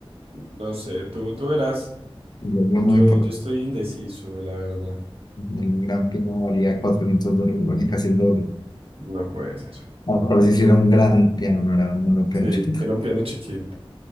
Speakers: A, on the right; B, on the left.
A: No sé, tú, tú verás.
B: Y Yo, yo
A: Yo,
B: me voy por
A: yo estoy indeciso, la verdad.
B: El gran piano valía 400 dólares, valía casi el doble.
A: No puede ser.
B: Ahora parece que era un gran piano, no era, no era un piano
A: Sí,
B: chiquito.
A: era un piano chiquito.